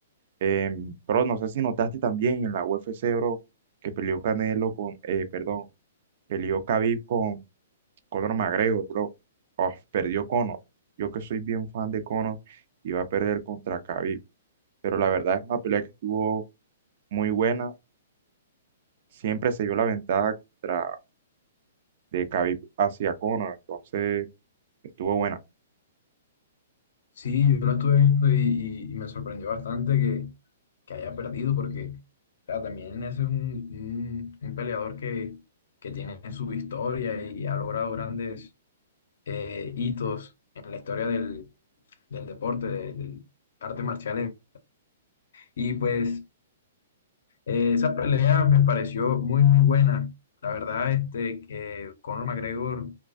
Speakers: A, on the right; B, on the left.
A: Em, bro, no sé si notaste también en la UFC, bro, que peleó Canelo con, eh, perdón, peleó Khabib con Conor McGregor, bro. Oh, perdió Conor. Yo que soy bien fan de Conor, iba a perder contra Khabib. Pero la verdad es una pelea que estuvo muy buena. Siempre se vio la ventaja contra de Khabib hacia Conor. Entonces, estuvo buena.
B: Sí, yo lo estuve viendo y, y- y me sorprendió bastante que que haya perdido, porque claro, también ese es un, un- un peleador que, que tiene su historia y ha logrado grandes eh, hitos en la historia del, del deporte, de- del arte marcial. Y pues eh, esa pelea me pareció muy, muy buena. La verdad, este, que Conor McGregor